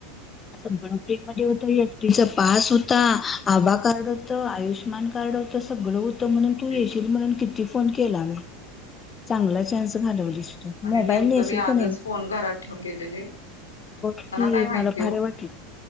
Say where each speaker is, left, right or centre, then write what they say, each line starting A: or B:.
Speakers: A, on the left (about 25°); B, on the left (about 85°).
A: असं <unintelligible> होत एसटीचा पास होता आभा कार्ड होत आयुष्य - आयुष्यमान कार्ड होतं सगळ होत. म्हणून तू येशील
B: आयुष्य
A: म्हणून किती फोन केला मी चांगला चान्स घालवलीस तू
B: आणि
A: मोबाईल
B: नेमकं
A: नेशिल
B: मी आजच
A: का नाही
B: फोन घरात ठेवून गेलेले
A: बग की,
B: काय माहिती
A: मला भारी
B: हो
A: वाटलं.